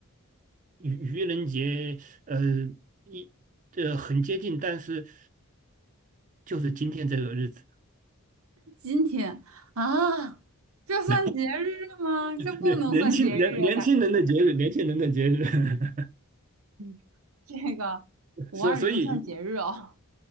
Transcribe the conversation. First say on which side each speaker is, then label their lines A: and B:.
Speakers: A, on the right; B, on the right.
A: 愚愚人节？呃，一呃很接近，但是就是今天这个日子，
B: 今天啊，这算节日吗？
A: <laughs>
B: 这不能算节日啊，
A: 年年年轻年年轻人的节日，
B: 大。
A: 年轻人的节日。<laughs>
B: 嗯，这个五二零算节日哦。
A: 所所以